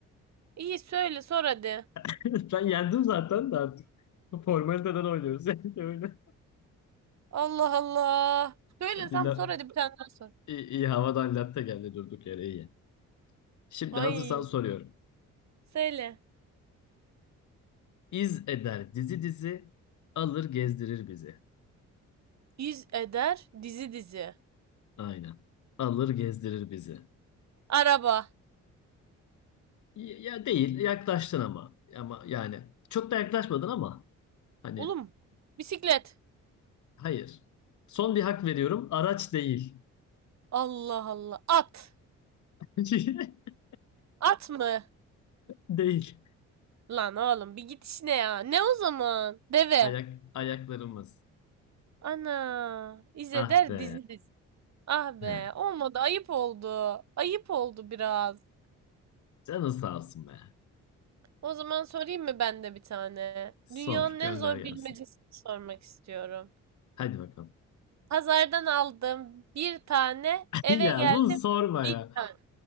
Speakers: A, on the right; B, on the left.
A: iyi söyle sor hadi.
B: <laughs> Ben yendim zaten de artık. Formaliteden oynuyoruz <laughs> yani öyle.
A: Allah Allah. Söylesem
B: Bir la-
A: sor hadi bir tane daha sor.
B: iyi, iyi havadan latte geldi durduk yere iyi. Şimdi
A: Ay
B: hazırsan soruyorum.
A: söyle.
B: İz eder dizi dizi, alır gezdirir bizi.
A: İz eder dizi dizi.
B: Aynen. Alır gezdirir bizi.
A: Araba.
B: Ya ya değil, yaklaştın ama. Ama yani çok da yaklaşmadın ama hani
A: Oğlum bisiklet.
B: hayır. Son bir hak veriyorum. Araç değil.
A: Allah Allah. At.
B: <laughs>
A: At mı?
B: Değil.
A: Lan oğlum bir git işine ya. Ne o zaman? Deve.
B: Ayak, ayaklarımız.
A: Ana. İzeder
B: Ah be.
A: dizi dizi. Ah
B: He.
A: be. Olmadı. Ayıp oldu. Ayıp oldu biraz.
B: Canın sağ olsun be.
A: O zaman sorayım mı ben de bir tane?
B: Sor,
A: Dünyanın
B: gönder
A: en zor
B: gelsin.
A: bilmecesini sormak istiyorum.
B: Hadi bakalım.
A: Pazardan aldım bir tane.
B: <laughs>
A: Eve
B: Ya
A: geldim
B: bunu sorma
A: bir
B: ya.
A: tane.